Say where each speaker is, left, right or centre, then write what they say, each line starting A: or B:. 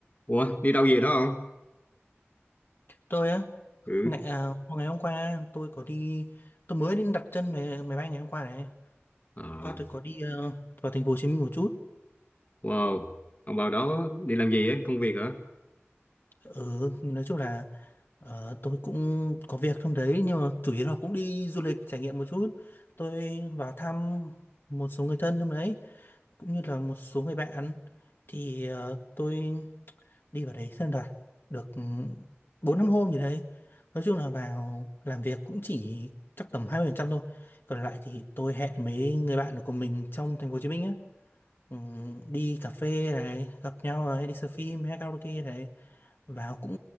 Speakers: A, on the left (about 35°); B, on the left (about 55°).
A: Ủa, đi đâu về đó không?
B: tôi á
A: Ừ.
B: ngày, à, ngày hôm qua tôi có đi tôi mới đi đặt chân về máy bay ngày hôm qua này
A: À,
B: qua tôi có đi ờ, vào thành phố Hồ Chí Minh một chút
A: wow. Ông vào đó đi làm gì ấy? Công việc hả?
B: ừ, nói chung là ờ, tôi cũng có việc trong đấy nhưng mà chủ yếu là cũng đi du lịch trải nghiệm một chút tôi vào thăm một số người thân trong đấy cũng như là một số người bạn thì ờ, tôi đi vào đấy xem rồi được ừ, bốn năm hôm gì đấy nói chung là vào làm việc cũng chỉ chắc tầm 20% thôi còn lại thì tôi hẹn mấy người bạn của mình trong thành phố Hồ Chí Minh á ừ, đi cà phê này gặp nhau này đi xem phim hay karaoke này vào cũng